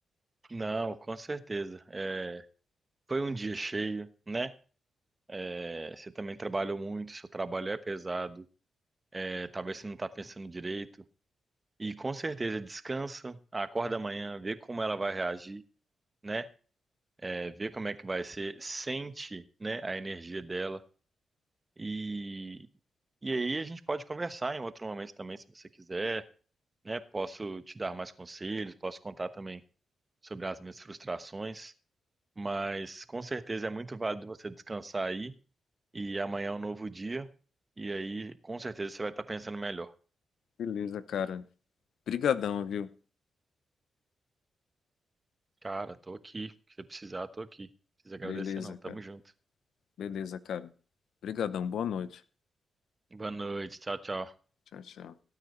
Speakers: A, on the right (about 35°); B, on the left (about 75°).
A: Não, com certeza. É, foi um dia cheio, né? É, você também trabalhou muito, seu trabalho é pesado, é, talvez você não está pensando direito. E com certeza descansa, acorda amanhã, vê como ela vai reagir né? é, ver como é que vai ser, sente, né, a energia dela e e aí a gente pode conversar em outro momento também, se você quiser, né? Posso te dar mais conselhos, posso contar também sobre as minhas frustrações, mas com certeza é muito válido você descansar aí e amanhã é um novo dia e aí com certeza você vai estar pensando melhor.
B: Beleza, cara. Brigadão, viu?
A: Cara, tô aqui, se você precisar, tô aqui. Não precisa agradecer
B: Beleza,
A: não, tamo
B: cara.
A: junto.
B: Beleza, cara. Brigadão. Boa noite.
A: Boa noite, tchau, tchau.
B: Tchau, tchau.